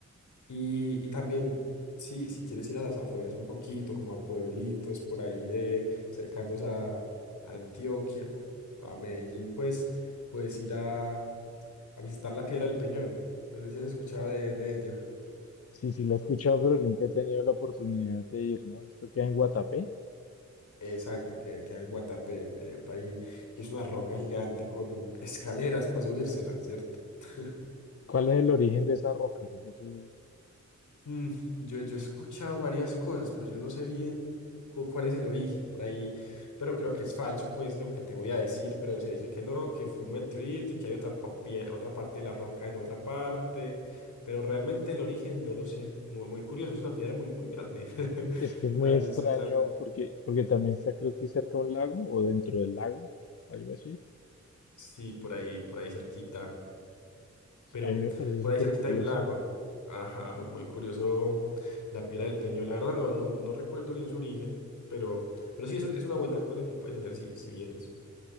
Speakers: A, on the left; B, on the left.
A: Y, y también, sí, si quieres ir a las afueras un poquito, como a pueblitos por ahí de cercanos a, a Antioquia, a Medellín, pues puedes ir a, a visitar la Piedra del Peñol. No sé si has escuchado de, de ella.
B: Sí, sí, la he escuchado, pero nunca he tenido la oportunidad de ir, ¿no? Esto queda en Guatapé.
A: Exacto, que queda en Guatapé, eh, pa' ahí,
B: Ujú.
A: que es una roca gigante con escaleras para subírsela, ¿cierto? <laughs>
B: ¿Cuál es el origen de esa roca? Eso
A: Mm, yo, yo he escuchado varias cosas, pero yo no sé bien cu- cuál es el origen por ahí, pero creo que es falso, pues lo que te voy a decir, pero se dicen que no, que fue un meteorito y que hay otra, pa- pie- otra parte de la roca en otra parte, pero realmente el origen no lo sé, muy, muy curioso, es una piedra muy, muy grande. <laughs>
B: Es que es muy
A: Ahí
B: extraño
A: estoy tan...
B: porque, porque también está creo que cerca a un lago o dentro del lago, algo así.
A: Sí, por ahí, por ahí cerquita. pero
B: A mí me parece
A: por
B: súper
A: ahí cerquita
B: curioso,
A: hay un lago. Ajá, muy, muy curioso la piedra del Peñol. La verdad no, no, no recuerdo bien su origen, pero, pero sí es, un- es una buena cosa que puedes hacer si, si vienes.